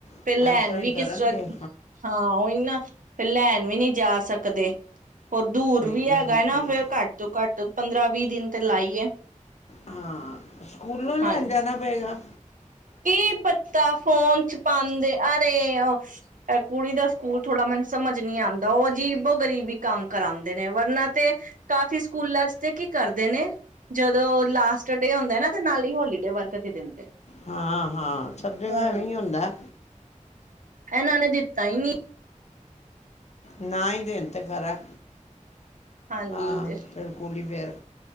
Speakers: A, on the right; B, on the left.
A: ਫਿਰ
B: ਇਸ
A: ਲੈਣ ਵੀ
B: ਹੀ ਕਰਨਗੇ
A: ਕਿਸ ਤਰ੍ਹਾਂ ਹਾਂ ਉਹੀ ਨਾ ਫਿਰ ਲੈਣ ਵੀ ਨਹੀਂ ਜਾ ਸਕਦੇ ਹੋਰ ਦੂਰ
B: ਸਹੀ
A: ਵੀ ਹੈਗਾ
B: ਹੈ ਹੋਰ
A: ਨਾ
B: ਕੀ
A: ਫਿਰ ਘੱਟ ਤੋਂ ਘੱਟ ਪੰਦਰਾਂ ਵੀਹ ਦਿਨ ਤੇ ਲਾਈਏ
B: ਹਾਂ ਸਕੂਲੋਂ ਲੈਣ
A: ਹਾਂਜੀ
B: ਜਾਣਾ ਪਏਗਾ
A: ਕੀ ਪੱਤਾ ਫੋਨ ਚ ਪਾਉਂਦੇ ਅਰੇ, ਉਹ ਕੁੜੀ ਦਾ ਸਕੂਲ ਥੋੜਾ ਮੈਨੂੰ ਸਮਝ ਨੀ ਆਉਂਦਾ ਉਹ ਅਜੀਬੋ ਗਰੀਬੀ ਕੰਮ ਕਰਾਉਂਦੇ ਨੇ ਵਰਨਾ ਤੇ ਕਾਫੀ ਸਕੂਲਾਂ ਚ ਤੇ ਕੀ ਕਰਦੇ ਨੇ ਜਦੋਂ ਲਾਸਟ ਡੇ ਹੁੰਦਾ ਨਾ ਤੇ ਨਾਲ ਹੀ ਹੋਲੀ ਡੇ ਵਰਕ ਤੇ ਦਿੰਦੇ
B: ਹਾਂ ਹਾਂ ਸਭ ਜਗ੍ਹਾ
A: ਹਾਂ।
B: ਇਵੇਂ ਹੀ ਹੁੰਦਾ
A: ਇਹਨਾਂ ਨੇ ਦਿੱਤਾ ਹੀ ਨਹੀਂ
B: ਨਾ ਹੀ ਦੇਨ ਤੇ ਖਰਾ
A: ਹਾਂਜੀ
B: ਹਾਂ,
A: ਤੇ
B: ਬਿਲਕੁਲ ਹੀ ਫਿਰ